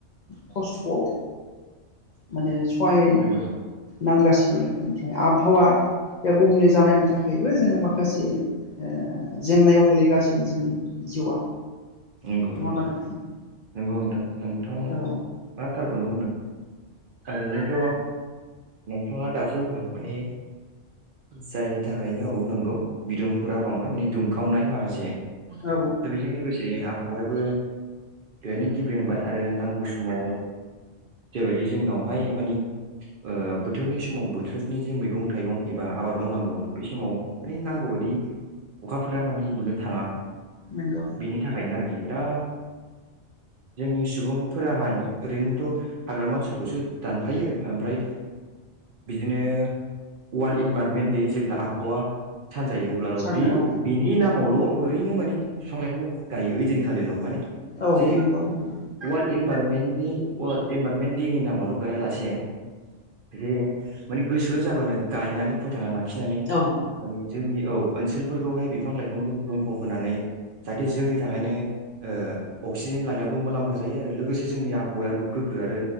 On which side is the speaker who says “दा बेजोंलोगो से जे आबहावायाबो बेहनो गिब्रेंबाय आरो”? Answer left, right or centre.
Right